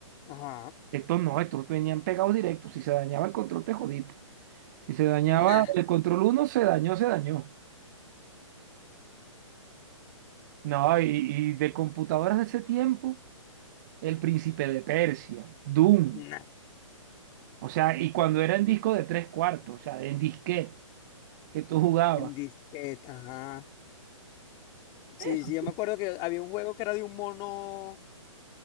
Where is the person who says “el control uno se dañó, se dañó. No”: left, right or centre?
Right